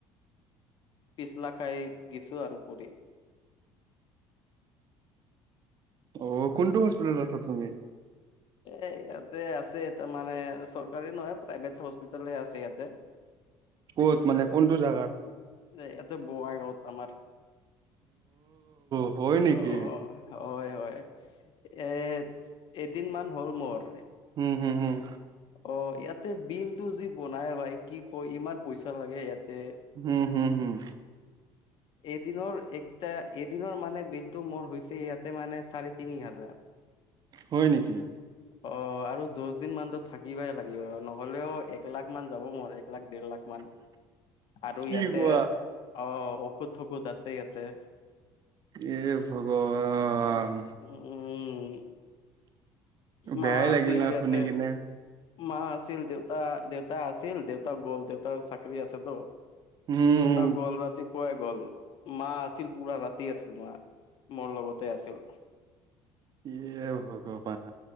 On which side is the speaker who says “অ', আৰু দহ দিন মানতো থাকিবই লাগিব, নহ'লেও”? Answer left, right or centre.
Left